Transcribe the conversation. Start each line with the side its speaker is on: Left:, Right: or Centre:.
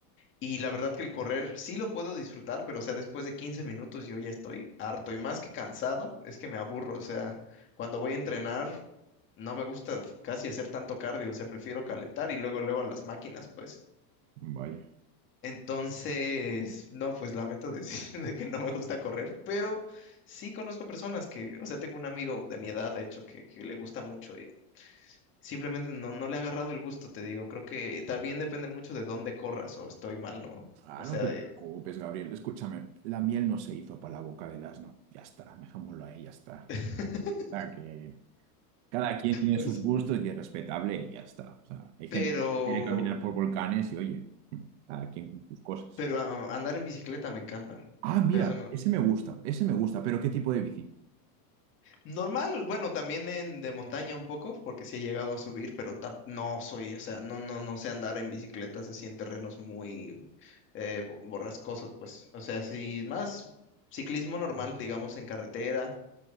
Left: Y la verdad que el correr sí lo puedo disfrutar, pero o sea, después de 15 minutos yo ya estoy harto y más que cansado, es que me aburro. O sea, cuando voy a entrenar, no me gusta casi hacer tanto cardio, o sea, prefiero calentar y luego, luego a las máquinas, pues.
Right: Vaya.
Left: Entonces, no, pues lamento decir <laughs> de que no me gusta correr, pero sí conozco personas que, o sea, tengo un amigo de mi edad, de hecho, que, que le gusta mucho y simplemente no, no le ha agarrado el gusto, te digo. Creo que también depende mucho de dónde corras o estoy mal, ¿no?
Right: Ah,
Left: O
Right: no
Left: sea,
Right: te
Left: de...
Right: preocupes, Gabriel. Escúchame, la miel no se hizo para la boca del asno. Ya está, dejémoslo ahí, ya está.
Left: <laughs>
Right: O sea, que cada quien tiene
Left: Pues,
Right: sus gustos y es respetable y ya está. O sea, hay
Left: pero,
Right: gente que prefiere caminar por volcanes y oye, cada quien con sus cosas.
Left: pero ah, andar en bicicleta me encanta.
Right: Ah, mira,
Left: Eso no.
Right: ese me gusta, ese me gusta, pero ¿qué tipo de bici?
Left: Normal, bueno, también en de montaña un poco, porque sí he llegado a subir, pero tam- no soy, o sea, no, no, no sé andar en bicicletas así en terrenos muy eh, bo- borrascosos, pues. O sea, sí, más ciclismo normal, digamos, en carretera,